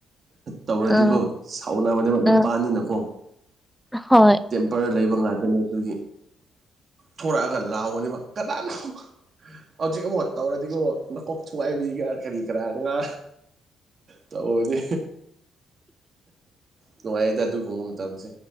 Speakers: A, on the right; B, in the centre.
A: ꯇꯧꯔꯗꯤꯀꯣ
B: ꯑꯥ
A: ꯁꯥꯎꯅꯕꯅꯦ ꯅꯨꯄꯥꯅꯤꯅꯀꯣ
B: ꯑꯥ ꯍꯣꯏ
A: ꯄꯔ ꯂꯩꯕ ꯉꯥꯛꯇꯣꯏꯅꯤ ꯑꯗꯨꯒꯤ ꯊꯣꯔꯛꯑꯒ ꯂꯥꯎꯒꯅꯦꯕ ꯀꯅꯥꯅꯣ ꯍꯧꯖꯤꯛ ꯑꯃꯨꯛ ꯇꯧꯔꯗꯤ ꯑꯃꯨꯣ ꯃꯀꯣꯛ ꯊꯨꯒꯏꯕꯁꯤꯒ ꯀꯔꯤ ꯀꯔꯥ ꯉꯥ ꯇꯧꯅꯦ ꯅꯨꯡꯉꯥꯏꯗ ꯑꯗꯨꯒꯒꯨꯝꯕ ꯃꯇꯝꯁꯦ